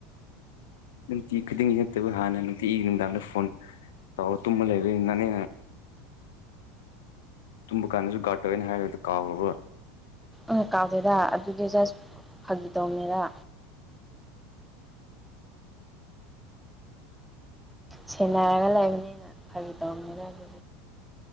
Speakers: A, on the left; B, in the centre.
A: ꯅꯨꯡꯇꯤ ꯈꯨꯗꯤꯡꯒꯤ ꯅꯠꯇꯕ ꯍꯥꯟꯅ ꯅꯨꯡꯇꯤꯒꯤ ꯅꯨꯡꯗꯥꯡꯗ ꯐꯣꯟ ꯇꯥꯎ ꯇꯨꯝꯕ ꯂꯩꯕ ꯅꯅꯦ ꯇꯨꯝꯕ ꯀꯥꯟꯗꯁꯨ ꯥꯠꯇꯋꯦꯅ ꯍꯥꯏꯔꯗ ꯀꯥꯎꯕ
B: ꯑ ꯀꯥꯎꯗꯦꯗ ꯑꯗꯨꯗꯤ ꯖꯁ ꯐꯥꯒꯤ ꯇꯧꯅꯤꯗ ꯁꯦꯟꯅꯔꯒ ꯂꯩꯕꯅꯤꯅ ꯐꯔꯤ ꯇꯧꯔꯝꯅꯤꯅ ꯑꯗꯨ